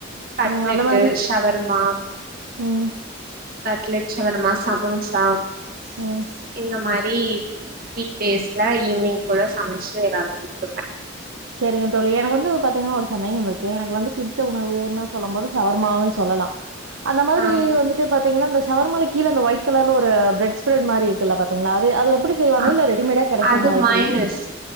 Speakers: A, on the right; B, on the right.
A: கட்லட்டு
B: ம் அந்த மாரி
A: ஷவர்மா
B: ம்
A: கட்லட் ஷவர்மா சமோசா
B: உம்
A: இந்த மாரி வீக் டேஸ்ல ஈவி்னிங் போல சமச்சு எல்லாத்துக்கு குடுப்பே
B: செரிங்க தோழி எனக்கு வந்து பாத்தீங்ன்னா ஒரு சந்தேகம் இருக்கு எனக்கு வந்து பிடித்த உணவுன்னு சொல்லும் போது ஷவர்மாவ்வே சொல்லலா அந்த மாதிரி
A: ஆ
B: வந்துட்டு பாத் தீங்னா ஷவர்மால கீழ அந்த ஒயிட் கலர்ல ஒரு பிரட் ஸ்பிரட் மாரி இருக்குல்ல பாத்தீங்களா அது அது எப்டி செய்வாங்க
A: அ
B: இல்ல ரெடிமேடா கெடைக்குங்களா
A: அது
B: எப்டி
A: மயனஸ்